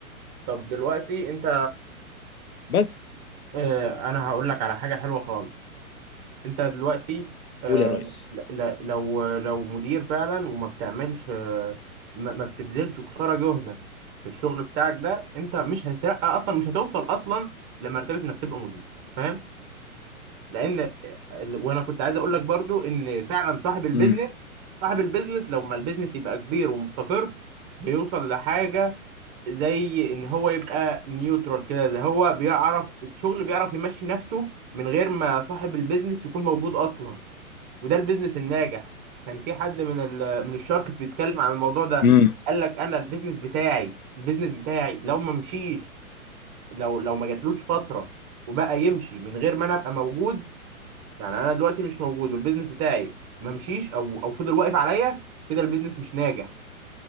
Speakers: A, on the right (about 35°); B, on the left (about 80°).
A: طب دلوقتي انت
B: بس
A: اه انا هقول لك على حاجه حلوه خالص انت دلوقتي آه،
B: قول يا ريس
A: ل- ل- لو لو مدير فعلا وما بتعملش آه، ما ما بتبذلش قصارى جهدك في الشغل بتاعك ده انت مش هتترقى اصلا مش هتوصل اصلا لمرتبه انك تبقى مدير فاهم لان وانا كنت عايز اقول لك برضو ان فعلا صاحب البيزنس
B: امم
A: صاحب البيزنس لو ما البيزنس يبقى كبير ومستقر بيوصل لحاجه زي ان هو يبقى نيوترال كده اللي هو بيعرف الشغل بيعرف يمشي نفسه من غير ما صاحب البيزنس يكون موجود اصلا وده البيزنس الناجح كان في حد من ال من الشاركس بيتكلم عن الموضوع ده
B: امم
A: قال لك انا البيزنس بتاعي البيزنس بتاعي لو ما مشيش لو لو ما جاتلوش فتره وبقى يمشي من غير ما انا ابقى موجود يعني انا دلوقتي مش موجود والبيزنس بتاعي ما مشيش او او فضل واقف عليا كده البيزنس مش ناجح